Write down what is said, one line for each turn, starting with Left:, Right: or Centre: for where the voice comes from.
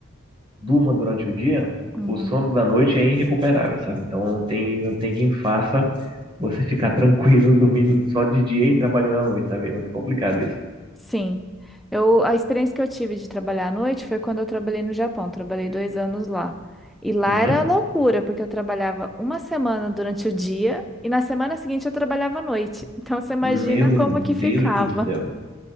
Right: durma durante o dia,
Centre: Uhum.
Right: o sono da noite é irrecuperável, sabe? Então não tem, não tem quem faça você ficar tranquilo <laughs> dormindo só de dia e trabalhando à noite, sabe? É muito complicado isso.
Centre: Sim. Eu, a experiência que eu tive de trabalhar à noite foi quando eu trabalhei no Japão. Trabalhei dois anos lá. E lá
Right: Uhum.
Centre: era loucura, porque eu trabalhava uma semana durante o dia e na semana seguinte eu trabalhava à noite. Então você imagina
Right: Meu
Centre: como
Right: Deus
Centre: que ficava.
Right: do céu.